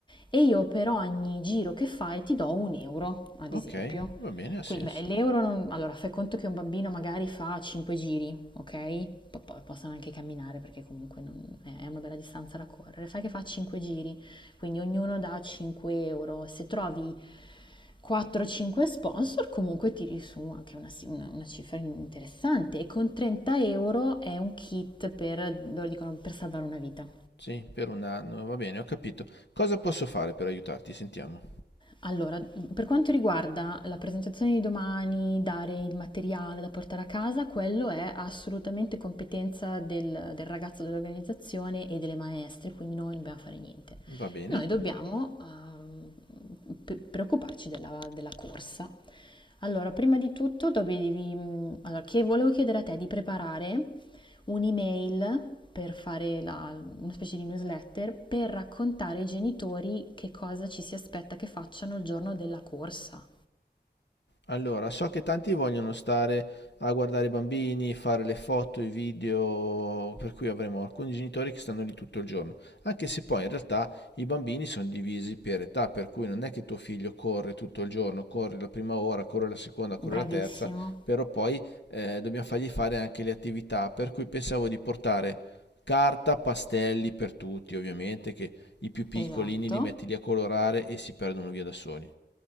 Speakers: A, on the left; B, on the left.
A: e io per ogni giro che fai ti do un euro, ad esempio.
B: ok, va bene, ha senso.
A: Quindi, beh, l'euro, non- allora fai conto che un bambino magari fa 5 giri, ok? Po- Poi possono anche camminare perché comunque non- è è una bella distanza da correre. Fai che fa 5 giri. Quindi ognuno dà 5 euro. Se trovi 4-5 sponsor comunque tiri su anche una, una- una cifra interessante e con 30 euro è un kit per, loro dicono, per salvare una vita.
B: Sì, per un anno, va bene, ho capito. Cosa posso fare per aiutarti? Sentiamo.
A: Allora, per quanto riguarda la presentazione di domani, dare il materiale da portare a casa, quello è assolutamente competenza del, del ragazzo dell'organizzazione e delle maestre, quindi noi non dobbiamo fare niente.
B: Va bene.
A: Noi dobbiamo ehm, pre- preoccuparci della, della corsa. Allora, prima di tutto dovevi, mm, allora, che volevo chiedere a te di preparare un'email per fare la- una specie di newsletter per raccontare ai genitori che cosa ci si aspetta che facciano il giorno della corsa.
B: Allora, so che tanti vogliono stare a guardare i bambini, fare le foto, i video, per cui avremo alcuni genitori che stanno lì tutto il giorno, anche se poi in realtà i bambini sono divisi per età, per cui non è che tuo figlio corre tutto il giorno, corre la prima ora, corre la seconda, corre
A: Bravissimo,
B: la terza, però poi eh, dobbiamo fargli fare anche le attività, per cui pensavo di portare carta, pastelli per tutti, ovviamente, che i più piccolini
A: esatto.
B: li metti lì a colorare e si perdono via da soli.